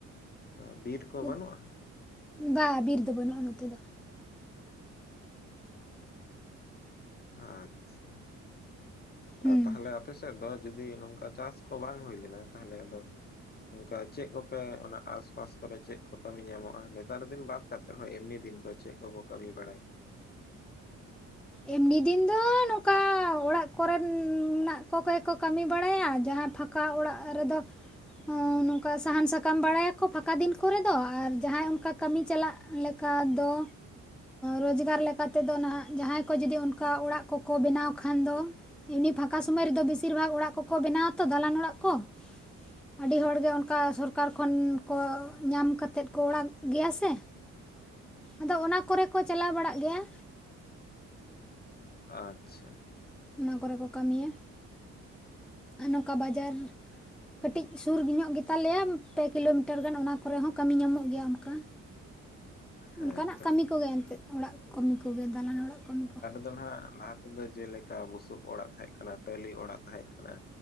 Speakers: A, on the left (about 30°); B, in the centre.
A: ᱟ ᱵᱤᱨ ᱠᱚ
B: ᱩᱫ
A: ᱵᱟᱹᱱᱩᱜᱼᱟ?
B: ᱵᱟ ᱵᱤᱨ ᱫᱚ ᱵᱟᱹᱱᱩᱜᱼᱟ ᱱᱚᱛᱮ ᱫᱚ᱾
A: ᱟᱪᱪᱷᱟ,
B: ᱦᱩᱸ
A: ᱟ ᱛᱟᱦᱚᱞᱮ ᱟᱯ ᱟᱯᱮ ᱥᱮᱫ ᱫᱚ ᱡᱩᱫᱤ ᱱᱚᱝᱠᱟ ᱪᱟᱥ ᱠᱚ ᱵᱟᱝ ᱦᱩᱭ ᱞᱮᱱᱟ, ᱛᱟᱦᱚᱞᱮ ᱟᱫᱚ ᱚᱱᱠᱟ ᱪᱮᱫ ᱠᱚᱯᱮ ᱚᱱᱟ ᱟᱥᱯᱟᱥ ᱠᱚᱨᱮ ᱪᱮᱫ ᱠᱚ ᱠᱟᱹᱢᱤ ᱧᱟᱢᱚᱜᱼᱟ? ᱱᱮᱛᱟᱨ ᱫᱤᱱ ᱵᱟᱫ ᱠᱟᱛᱮ, ᱦᱳᱭ ᱮᱢᱱᱤ ᱫᱤᱱ ᱠᱚ ᱪᱮᱫ ᱠᱚᱠᱚ ᱠᱟᱹᱢᱤ ᱵᱟᱲᱟᱭᱟ?
B: ᱮᱢᱱᱤ ᱫᱤᱱ ᱫᱚ ᱱᱚᱠᱟ ᱚᱲᱟᱜ ᱠᱚᱨᱮᱱ ᱱᱟᱜ ᱠᱚ ᱜᱮᱠᱚ ᱠᱟᱹᱢᱤ ᱵᱟᱲᱟᱭᱟ ᱡᱟᱦᱟᱸ ᱯᱷᱟᱸᱠ ᱠᱟ ᱚᱲᱟᱜ ᱨᱮᱫᱚ ᱦᱩ ᱱᱩᱝᱠᱟ ᱥᱟᱦᱟᱱ ᱥᱟᱠᱟᱢ ᱵᱟᱲᱟᱭᱟᱠᱚ ᱯᱷᱟᱸᱠᱟ ᱫᱤᱱ ᱠᱚᱨᱮ ᱫᱚ, ᱟᱨ ᱡᱟᱦᱟᱸᱭ ᱚᱱᱠᱟ ᱠᱟᱹᱢᱤ ᱪᱟᱞᱟᱜ ᱞᱮᱠᱟ ᱫᱚ, ᱨᱳᱡᱽᱜᱟᱨ ᱞᱮᱠᱟ ᱛᱮᱫᱚ ᱱᱟᱦᱟᱜ ᱡᱟᱦᱟᱸᱭ ᱠᱚ ᱡᱩᱫᱤ ᱚᱱᱠᱟ, ᱚᱲᱟᱜ ᱠᱚᱠᱚ ᱵᱮᱱᱟᱣ ᱠᱷᱟᱱ ᱫᱚ ᱮᱢᱱᱤ ᱯᱷᱟᱸᱠᱟ ᱥᱚᱢᱚᱭ ᱨᱮᱫᱚ, ᱵᱮᱥᱤᱨ ᱵᱷᱟᱜᱽ ᱚᱲᱟᱜ ᱠᱚᱠᱚ ᱵᱮᱱᱟᱣ ᱟᱛᱚ ᱫᱟᱞᱟᱱ ᱚᱲᱟᱜ ᱠᱚ ᱟᱹᱰᱤ ᱦᱚᱲ ᱜᱮ ᱚᱱᱠᱟ ᱥᱚᱨᱠᱟᱨ ᱠᱷᱚᱱ ᱠᱚ, ᱧᱟᱢ ᱠᱟᱛᱮᱫ ᱠᱚ ᱚᱲᱟᱜ ᱜᱮᱭᱟ ᱥᱮ᱾
A: <unintelligible>
B: ᱟᱫᱚ ᱚᱱᱟ ᱠᱚᱨᱮ ᱠᱚ ᱪᱟᱞᱟᱣ ᱵᱟᱲᱟᱜ ᱜᱮᱭᱟ᱾
A: ᱟᱪᱪᱷᱟ᱾
B: ᱚᱱᱟ ᱠᱚᱨᱮ ᱠᱚ ᱠᱟᱹᱢᱤᱭᱟ, ᱟᱨ ᱱᱚᱝᱠᱟ ᱵᱟᱡᱟᱨ ᱠᱟᱹᱴᱤᱡ ᱥᱩᱨ ᱧᱚᱜ ᱜᱮᱛᱟᱞᱮᱭᱟ, ᱯᱮ ᱠᱤᱞᱳᱢᱤᱴᱟᱨ ᱜᱟᱱ ᱚᱱᱟ ᱠᱚᱨᱮ ᱦᱚᱸ ᱠᱟᱹᱢᱤ ᱧᱟᱢᱚᱜ ᱜᱮᱭᱟ ᱚᱱᱠᱟ᱾
A: <unintelligible> ᱦᱮᱸᱛᱚ
B: ᱚᱱᱠᱟᱱᱟᱜ ᱠᱟᱹᱢᱤ ᱠᱚᱜᱮ ᱮᱱᱛᱮᱫ, ᱚᱲᱟᱜ ᱠᱟᱹᱢᱤ ᱠᱚᱜᱮ ᱫᱟᱞᱟᱱ ᱚᱲᱟᱜ ᱠᱟᱹᱢᱤ ᱠᱚ᱾
A: ᱫᱚᱱ ᱦᱟᱸᱜ ᱞᱟᱦᱟ ᱛᱮᱫᱚ ᱡᱮᱞᱮᱠᱟ ᱵᱩᱥᱩᱵ ᱚᱲᱟᱜ ᱛᱟᱦᱮᱸᱜ ᱠᱟᱱᱟ ᱴᱟᱹᱞᱤ ᱚᱲᱟᱜ ᱛᱟᱦᱮᱸᱜ ᱠᱟᱱᱟ᱾